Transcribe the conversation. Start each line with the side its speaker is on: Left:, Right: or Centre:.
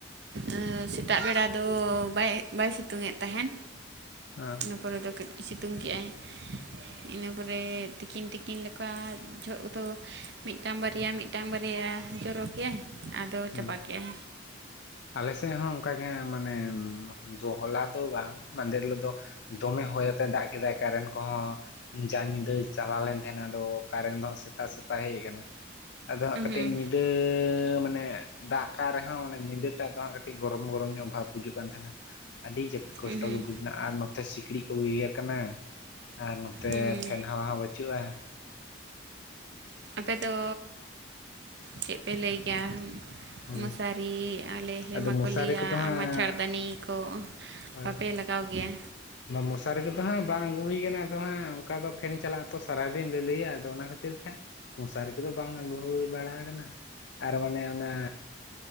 Right: ᱟᱹ ᱥᱮᱛᱟᱜ ᱵᱮᱲᱟ ᱫᱚ ᱵᱟᱭ ᱵᱟᱭ ᱥᱤᱛᱩᱝᱫ ᱛᱟᱦᱮᱸᱱ
Left: ᱦᱮᱸ
Right: ᱤᱱᱟᱹ ᱯᱚᱨᱮ ᱫᱚ ᱠᱟᱹᱴ ᱥᱤᱛᱩᱝ ᱠᱮᱜ-ᱟᱭ ᱤᱱᱟᱹ ᱯᱚᱨᱮ ᱛᱤᱠᱤᱱ ᱛᱤᱠᱤᱱ ᱞᱮᱠᱟ ᱚᱠᱟ ᱡᱚᱦᱚᱜ ᱫᱚ ᱢᱤᱫᱴᱟᱝ ᱵᱟᱨᱭᱟ ᱢᱤᱫᱴᱟᱝ ᱵᱟᱨᱭᱟ ᱡᱚᱨᱚ ᱠᱮ-ᱟᱭ ᱟᱫᱚ
Left: ᱦᱩᱸ
Right: ᱪᱟᱵᱟ ᱠᱮᱜ-ᱟᱭ
Left: ᱟᱞᱮ ᱥᱮᱫ ᱦᱚᱸ ᱚᱝᱠᱟᱜᱮ ᱢᱟᱱᱮ ᱫᱚᱦᱚᱞᱟ ᱫᱚ ᱵᱟᱝ ᱢᱟᱫᱷᱮᱨ ᱦᱤᱞᱳᱜ ᱫᱚ ᱫᱚᱢᱮ ᱦᱚᱭᱟᱛᱮ ᱫᱟᱜ ᱠᱮᱫᱟᱭ ᱠᱟᱨᱮᱱ ᱠᱚᱦᱚᱸ ᱡᱟ ᱧᱤᱫᱟᱹᱭ ᱪᱟᱞᱟᱣ ᱞᱮᱱ ᱛᱟᱦᱮᱸᱱᱟ ᱟᱫᱚ ᱠᱟᱨᱮᱱ ᱫᱚ ᱥᱮᱛᱟᱜ ᱥᱮᱛᱟᱜ ᱦᱮᱡ ᱟᱠᱟᱱᱟ ᱟᱫᱚ ᱦᱟᱸᱜ
Right: ᱩᱸᱦᱩᱸ
Left: ᱠᱟᱹᱴᱤᱡ ᱧᱤᱫᱟᱹᱻ ᱢᱟᱱᱮ ᱫᱟᱜ ᱠᱟᱜ ᱨᱮᱦᱚᱸ ᱚᱱᱮ ᱧᱤᱫᱟᱹ ᱮᱴᱟᱜ ᱫᱚ ᱦᱟᱸᱦ ᱠᱟᱹᱴᱤᱡ ᱜᱚᱨᱚᱢ ᱜᱚᱨᱚᱢ ᱧᱚᱜ ᱵᱷᱟᱵ ᱵᱩᱡᱩᱜ ᱠᱟᱱ ᱛᱟᱸᱦᱮᱱᱟ ᱟᱹᱰᱤ ᱡᱟᱹᱯᱤᱫ ᱠᱚᱥᱴᱚ
Right: ᱩᱸᱦᱩᱸ
Left: ᱜᱮ ᱵᱩᱡᱟᱹᱜ ᱱᱟᱜ-ᱟ ᱱᱚᱛᱮ ᱥᱤᱠᱲᱤᱡ ᱠᱚ ᱜᱮᱜᱮᱨ ᱠᱟᱱᱟ ᱟᱨ ᱱᱚᱛᱮ
Right: ᱦᱩᱸ
Left: ᱯᱷᱮᱱ ᱦᱟᱣᱟ ᱦᱚᱸ ᱵᱟᱹᱪᱩᱜ-ᱟ
Right: ᱟᱯᱮᱫᱚ ᱪᱮᱫ ᱯᱮ ᱞᱟᱹᱭ ᱜᱮᱭᱟ
Left: ᱦᱳᱭ
Right: ᱢᱚᱥᱟᱨᱤ ᱟᱞᱮ ᱥᱮᱜ
Left: ᱟᱫᱚ
Right: ᱢᱟᱠᱚ
Left: ᱢᱚᱥᱟᱨᱤ
Right: ᱞᱟᱹᱭᱟ
Left: ᱠᱚᱫᱚ ᱦᱟᱸᱜ
Right: ᱢᱟᱪᱷᱟᱲᱫᱟᱹᱱᱤ ᱠᱚ
Left: ᱦᱳᱭ
Right: ᱵᱟᱯᱮ ᱞᱟᱜᱟᱣ ᱜᱮᱭᱟ
Left: ᱢᱚᱥᱟᱨᱤ ᱠᱚᱫᱚ ᱦᱟᱸᱜ ᱵᱟᱝ ᱟᱹᱜᱩ ᱦᱩᱭ ᱠᱟᱱᱟ ᱟᱫᱚ ᱦᱟᱸᱜ ᱚᱱᱠᱟ ᱫᱚ ᱯᱷᱮᱱ ᱪᱟᱞᱟᱜ ᱟᱛᱚ ᱥᱟᱨᱟᱫᱤᱱ ᱞᱟᱹᱭᱟ ᱟᱫᱚ ᱚᱱᱟ ᱠᱷᱟᱹᱛᱤᱨ ᱠᱷᱟᱹᱛᱤᱨ ᱠᱷᱟᱱ ᱢᱚᱥᱟᱨᱤ ᱠᱚᱫᱚ ᱵᱟᱝ ᱟᱹᱜᱩ ᱦᱩᱭ ᱵᱟᱲᱟ ᱟᱠᱟᱱᱟ ᱟᱨ ᱵᱟᱝ ᱚᱱᱟ